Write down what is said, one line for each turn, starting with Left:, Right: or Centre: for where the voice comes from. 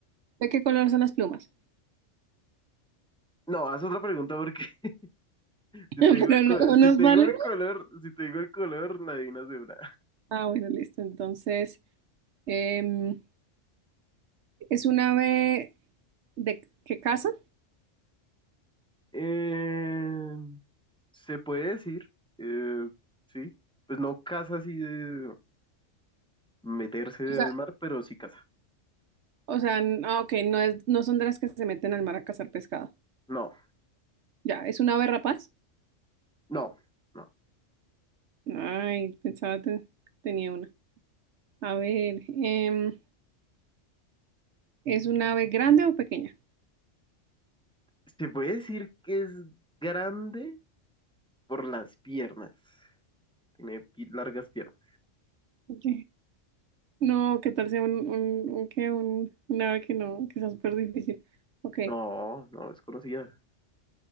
Right: ¿De qué color son las plumas?
Centre: No, haz otra pregunta porque <laughs>
Right: <laughs>
Centre: si
Right: Pero
Centre: te digo el, co-
Right: no, no
Centre: si
Right: nos
Centre: te
Right: vale.
Centre: digo el color, si te digo el color, la adivinas de una.
Right: Ah, bueno, listo. Entonces, em, ¿es un ave de qué caza?
Centre: Eh, se puede decir, eh, sí, pues no caza así de meterse
Right: O sea,
Centre: al mar, pero sí caza.
Right: o sea, n- ah, ok, no es, no son de las que se meten al mar a cazar pescado.
Centre: No,
Right: Ya, ¿es un ave rapaz?
Centre: no, no.
Right: Ay, pensaba que tenía una. A ver, em, ¿es un ave grande o pequeña?
Centre: Se puede decir que es grande por las piernas. Tiene pi- largas piernas.
Right: Ok. No, ¿qué tal sea un, un, un, qué? un, un ave que no, que sea súper difícil? Ok,
Centre: No, no, es conocida.